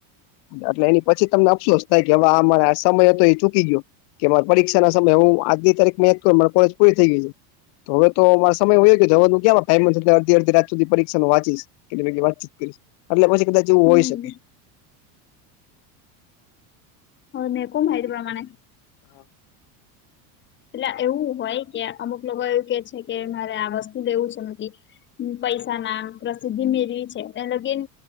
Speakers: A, on the left; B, on the left.
A: એટલે એની પછી તમને અફસોસ થાય કે હવે અમાર સમય હતો એ ચૂકી ગયો. કે મારા પરીક્ષાના સમય હું આજની તારીખ મેં કરું માં કોલેજ પૂરી થઈ ગઈતી. તો હવેતો મારો સમય વયો ગયો. જવાનું ક્યાં એમાં ટાઈમ જ છે, અત્યારે અડધી અડધી રાત સુધી પરીક્ષાનું વાંચીશ, એટલે મેં કીધુ વાતચીત કરીશ એટલે પછી બધા જેવું
B: હમ
A: હોય શકે.
B: હવે મેં કહું માહિતી પ્રમાણે
A: હા
B: એટલે આ એવું હોય કે અમુક લોકો એવું કે છે, કે મારે આ વસ્તુ લેવું છે <unintelligible> પૈસા, નામ, પ્રસિદ્ધિ મેળવી છે, ત્યાં લગીન